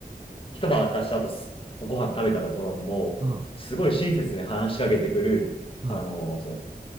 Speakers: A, on the left; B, on the right.
A: 一晩明かした後、すご飯食べたところも、
B: うん。
A: すごい親切に話しかけてくる、
B: うん。
A: あの、その、